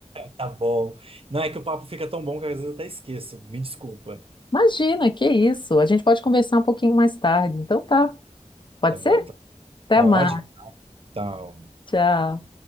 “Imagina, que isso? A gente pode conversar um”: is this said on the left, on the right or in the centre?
Left